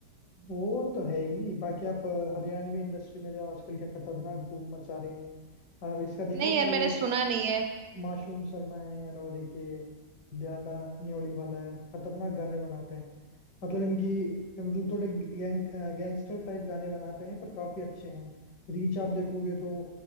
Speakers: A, on the left (about 80°); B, on the right (about 70°).
A: वो तो है ही बाकी आप अ, हरियाणवी इंडस्ट्री में जाओ आजकल क्या खतरनाक धूम मचा रही है अब इसका देखा
B: नहीं
A: था
B: यार
A: अभी
B: मैंने सुना नहीं है
A: मासूम शर्मा है और एक ये ध्यांडा न्योली वाला है खतरनाक गाने बनाते हैं मतलब इनकी मतलब थोड़े गैंग गैंगस्टर टाइप गाने बनाते हैं पर काफी अच्छे हैं रीच आप देखोगे तो